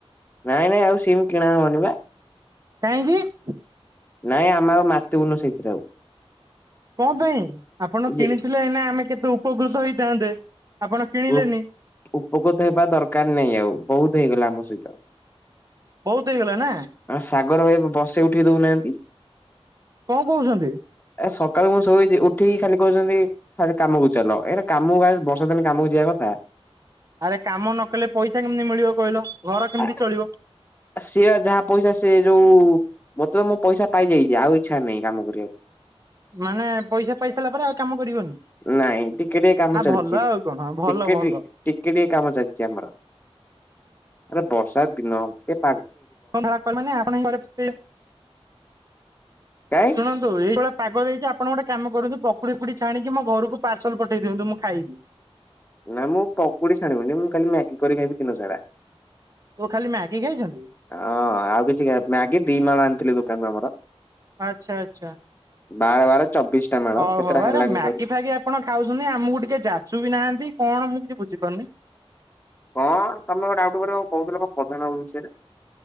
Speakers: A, on the left; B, on the right.
A: ନାଇଁ ନାଇଁ ଆଉ ସିମ୍ କିଣା ହବନି ବା।
B: କାଇଁକି?
A: ନାଇଁ ଆମେ ଆଉ ମାତିିବୁନୁ ସେଇଥିରେ ଆଉ।
B: କଣ ପାଇଁ? ଆପଣ କିଣିଥିଲେ
A: ଯେ
B: ଏଇନା ଆମେ କେତେ ଉପକୃତ ହେଇଥାନ୍ତେ। ଆପଣ କିଣିଲେନି
A: ଉ-ଉପକୃତ ହେବା ଦରକାର ନାହିଁ ଆଉ ବହୁତ ହେଇଗଲା ଆମ ସହିତ।
B: ବହୁତ ହେଇଗଲା ନା?
A: ଆ, ସାଗର ଭାଇ ବସେଇ ଉଠେଇ ଦଉନାହାନ୍ତି।
B: କଣ କହୁଛନ୍ତି?
A: ଏ ସକାଳୁ ମୁଁ ଶୋଇଚି ଉଠିକି ଖାଲି କହୁଛନ୍ତି ଖାଲି କାମକୁ ଚାଲ। ଏଇଟା କାମକୁ ଆ, ବର୍ଷା ଦିନ କାମକୁ ଯିବା କ ହଁ।
B: ଆରେ କାମ ନ କଲେ ପଇସା କେମିତି ମିଳିବ କହିଲ? ଘର କେମିତି
A: ଆ
B: ଚଳିବ?
A: ସିଏ ଯାହା ପଇସା ସିଏ ଯୋଉ ମୋତେ ତ ମୁଁ ପଇସା ପାଇଯାଇଚି। ଆଉ ଇଚ୍ଛା ନାହିଁ କାମ କରିବାକୁ।
B: ମାନେ ପଇସା ପାଇସାରିଲା ପରେ ଆଉ କାମ କରିବନି
A: ନାଇଁ ଟିକେ ଟିକେ କାମ
B: ଆ
A: ଚାଲିଚି।
B: ଭଲ ଆଉ କଣ ଭଲ
A: ଟିକେ
B: ଭଲ
A: ଟି ଟିକେ କାମ ଚାଲିଚି ଆମର। ଆରେ ବର୍ଷା ଦିନ ଏ
B: <unintelligible> କର ମାନେ ଆପଣ ହିଁ ପରସ୍ତେଇବେ।
A: ପକାଏ
B: ଶୁଣନ୍ତୁ ଏଇଭଳିଆ ପାଗ ଦେଇଚି ଆପଣ ଗୋଟେ କାମ କରନ୍ତୁ ପକୁଡି ଫକୁଡି ଛାଣିକି ମୋ ଘରକୁ ପାର୍ସଲ୍ ପଠେଇ ଦିଅନ୍ତୁ ମୁଁ ଖାଇବି।
A: ନା ମୁଁ ପକୁଡି ଛାଣିବିନି ମୁଁ ଖାଲି ମ୍ୟାଗି କରି ଖାଇବି ଦିନ ସାରା। ଅଁ,
B: ଓ ଖାଲି ମ୍ୟାଗି ଖାଇଛନ୍ତି?
A: ଆଉ କିଛି ଏ ମ୍ୟାଗି ଦି ମାମା ଆଣିଥିଲେ ଦୋ କାନରୁ ଆମର।
B: ଆଚ୍ଛା, ଆଚ୍ଛା।
A: ବାର ବାର ଚବିଶ ଟା ମେଳ
B: ହଉ
A: କେତେଟା
B: ହଉ
A: ହେଲାଣି
B: ଆରେ ମ୍ୟାଗି
A: କହିଲୁ?
B: ଫେଗି ଆପଣ ଖାଉଛନ୍ତି ଆମକୁ ଟିକେ ଯାଚୁ ବି ନାହାନ୍ତି। କଣ ମୁଁ କିଛି ବୁଝିପାରୁନି।
A: କଣ ତୋମେ <unintelligible> ଡାଉଟ କରିବ କହୁଥିଲ କଣ ପ୍ରଧାନ ବାବୁ ବିଷୟରେ?